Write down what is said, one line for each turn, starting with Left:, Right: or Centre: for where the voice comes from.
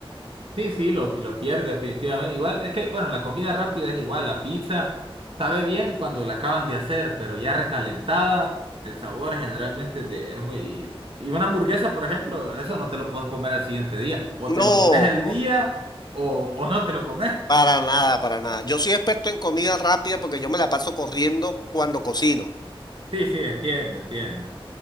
Right: Sí, sí, lo, lo pierde definitivamente. Igual, es que, bueno, la comida rápida es igual, la pizza sabe bien cuando la acaban de hacer, pero ya recalentada, el sabor generalmente de- es muy... Y una hamburguesa, por ejemplo, eso no te lo puedes comer al siguiente día. O
Left: No,
Right: te lo comes el día o, o no te lo comes.
Left: para nada, para nada. Yo soy experto en comida rápida porque yo me la paso corriendo cuando cocino.
Right: Sí, sí, entiendo, entiendo.